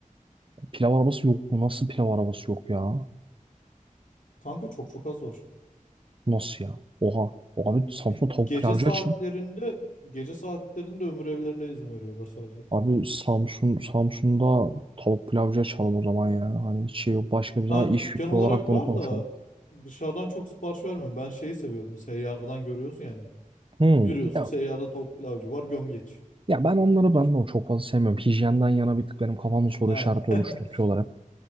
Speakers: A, on the right; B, on the left.
A: pilav arabası yok mu? Nasıl pilav arabası yok ya?
B: Kanka çok çok az var.
A: Nasıl ya? Oha. Abi Samsun'da
B: Bir,
A: tavuk
B: gece
A: pilavcı
B: saatlerinde
A: açın.
B: gece saatlerinde ömür evlerine izin veriyorlar sadece.
A: Abi Samsun, Samsun'da tavuk pilavcı açalım o zaman ya. Hani hiç şey yok. Başka bir
B: Ha
A: zaman iş
B: dükkan
A: fikri
B: olarak
A: olarak bunu
B: var
A: konuşalım.
B: da dışarıdan çok sipariş vermiyorum. Ben şeyi seviyordum. Seyyardan görüyorsun yani.
A: Hmm.
B: Yürüyorsun
A: Ya
B: seyyarda tavuk pilavcı var gömgeç.
A: Ya ben onları ben de o çok fazla sevmiyorum. Hijyenden yana bir tık benim kafamda soru
B: Ha.
A: işareti
B: <laughs>
A: oluşturtuyorlar hep.